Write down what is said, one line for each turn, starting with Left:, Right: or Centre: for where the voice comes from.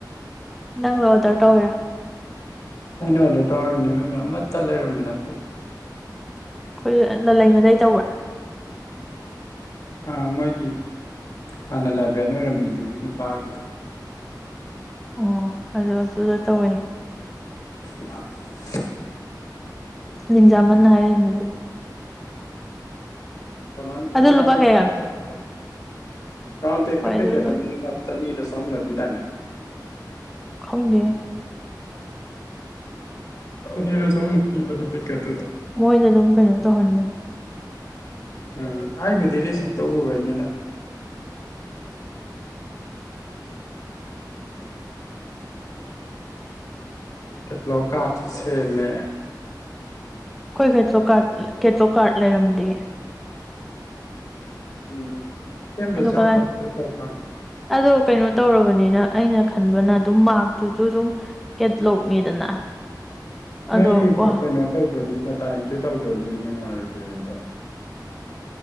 Centre: ꯅꯪꯅ ꯑꯣꯗꯔ ꯇꯧꯋꯔꯤꯔꯣ
Left: ꯑꯩꯅ ꯑꯣꯔꯗꯔ ꯇꯧꯔꯤꯅꯦ ꯑꯤꯕꯦꯝꯃꯥ ꯑꯃꯠꯇ ꯂꯩꯔꯝꯕ ꯅꯠꯇꯦ
Centre: ꯑꯩꯈꯣꯏ ꯑ ꯂꯜꯂꯩꯃꯗꯩ ꯇꯧꯕ
Left: ꯑ ꯃꯣꯏꯒꯤ ꯍꯥꯟꯅ ꯂꯥꯏꯕ꯭ꯔꯦꯟ ꯑꯣꯏꯔꯝꯕꯤꯗꯨꯒꯤ ꯅꯨꯄꯥꯒꯤꯗꯣ
Centre: ꯑꯣ ꯑꯗꯨ ꯑꯗꯨꯗ ꯇꯧꯋꯦ
Left: <inaudible>
Centre: ꯂꯤꯡꯖꯥꯃꯟꯅ ꯍꯥꯏꯔꯛꯏꯅꯦ ꯑꯗꯨ
Left: ꯀꯃꯥꯟꯁꯨ
Centre: ꯑꯗꯨ
Left: ꯀꯅꯥ
Centre: ꯂꯨꯄꯥ
Left: ꯀꯅꯥꯅ
Centre: ꯀꯌꯥ
Left: <inaudible> ꯔꯣꯏꯟ ꯇꯦꯛ
Centre: ꯍꯣꯏ
Left: ꯇꯣ ꯄꯀꯦꯠꯇꯥ
Centre: ꯑꯗꯨ ꯂꯣꯏ
Left: ꯃꯤ ꯅꯤꯄꯥꯜ ꯑꯅꯤꯗ ꯆꯍꯨꯃꯂꯥ ꯄꯤꯗꯥꯏꯅꯦ
Centre: ꯈꯪꯗꯦꯍꯦ
Left: ꯆꯅꯤꯔ ꯆꯍꯨꯝꯂ ꯄꯤꯕꯒꯤ ꯄꯀꯦꯠꯇꯨꯗ
Centre: ꯃꯣꯏꯅ ꯑꯗꯨꯝ ꯀꯩꯅꯣ ꯇꯧꯍꯟꯕꯅꯦ
Left: ꯎꯝ ꯑꯩꯕꯨꯗꯤ ꯔꯤꯁꯤꯞꯇ ꯎꯕꯩꯅꯤꯗ ꯀꯦꯇꯂꯣꯛ ꯀꯔꯗ ꯇꯣ ꯁꯦꯝꯃꯦ
Centre: ꯑꯩꯈꯣꯏ ꯀꯦꯇꯂꯣ ꯀꯥꯔ ꯀꯦꯇꯂꯣꯛ ꯀꯥꯔꯠ ꯂꯩꯔꯝꯗꯤꯌꯦ
Left: ꯎꯝ ꯁꯦꯝꯗꯖꯥ
Centre: ꯑꯗꯣ ꯀꯗꯥꯏ
Left: ꯄꯣꯠꯇ <unintelligible>
Centre: ꯑꯗꯣ ꯀꯩꯅꯣ ꯇꯧꯔꯕꯅꯤꯅ ꯑꯩꯅ ꯈꯟꯕꯅ ꯑꯗꯨꯝ ꯃꯥꯔꯛꯇꯨꯁꯨ ꯑꯗꯨꯝ ꯀꯦꯠꯂꯣꯛꯅꯤꯗꯅ
Left: ꯅꯩꯏ
Centre: ꯑꯗꯣ ꯀꯣ
Left: ꯀꯩꯅꯣ ꯇꯧꯗ꯭ꯔꯗꯤ ꯗꯇꯥꯥꯏꯟꯇ꯭ꯔꯤ ꯇꯧꯗ꯭ꯔꯗꯤ ꯅꯨꯡꯉꯥꯏꯔꯣꯏꯗꯣꯏꯅꯦ ꯑꯗꯣ